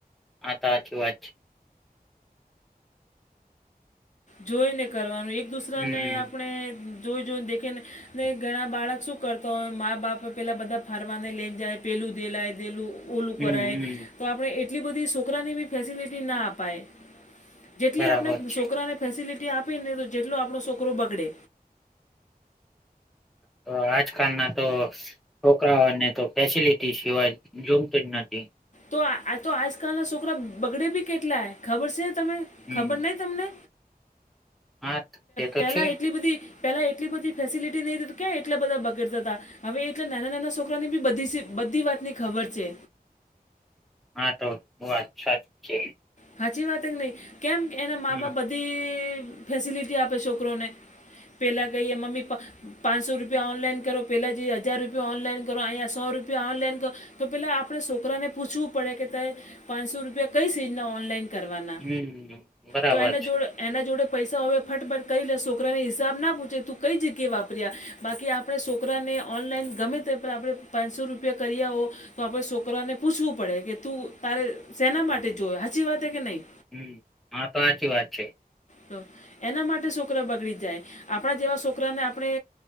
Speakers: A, in the centre; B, on the left.
A: આતો સાચી વાત છે.
B: જોઈને કરવાનું એક બીજાને
A: હમ
B: આપણે જો જો જોઈને, ને ઘણા બાળક શું કરતા હોય માં-બાપ પેલા બધા ફરવાને લઈ જાય પેલું દેખાય પેલું, પેલું
A: હમ
B: કરાય
A: હમ
B: તો આપણે એટલી બધી છોકરાને પણ ફેસિલિટી ના અપાય. જેટલી
A: બરાબર
B: આપણે
A: છે
B: છોકરાને ફેસિલિટી આપીને તો જેટલો આપણો છોકરો બગડે.
A: તો આજકાલ ના તો, છોકરાઓને તો ફેસિલિટી સિવાય જોતું જ નથી
B: તો આતો આજકાલના છોકરા બગડે પણ કેટલા ખબર છે તમે
A: હમ
B: ખબર નહી તમને,
A: હા. તે તો
B: પેલા
A: છે
B: એટલી બધી પેલાં એટલી બધી ફેસિલિટી નહીં તો ક્યાં એટલા બધા બગડતા હતા. હવે એટલા નાના નાના છોકરા ને પણ બધી વાતની ખબર છે.
A: હા તો વાત સાચી છે.
B: સાચી વાત એક નહિ કેમ એના મા
A: હમ
B: બાપ બધી ફેસિલિટી આપે છોકરોને, પેલા ગઈ એ મમ્મી પા, પાંચસો રૂપિયા ઓનલાઈન કરો પહેલાં જે હજાર રૂપિયા ઓનલાઇન કરો અહીંયા સો રૂપિયા ઓનલાઇન ક, તો પેલા આપણે છોકરાને પૂછવું પડે કે ત પાંચસો રૂપિયા કઈ શીઝના ઓનલાઈન, કરવાના
A: હમ બરાબર
B: તો એના
A: છે
B: જોડ, એના જોડે પૈસા હવે ફટાફટ કરી લે છોકરાને હિસાબ ના પૂછે તું કઈ જગ્યા વાપર્યા, બાકી આપણે છોકરાને ઓનલાઈન ગમે તે પણ આપણે પાંચસો રૂપિયા કરીયા વો. તો આપણે છોકરાને પૂછવું પડે કે તું તાર સેના માટે જોયે સાચી વાત છે કે નહીં.
A: હમ આ તો સાચી વાત છે.
B: હા એના માટે છોકરા બગડી જાય. આપણા જેવા સોકરાને આપણે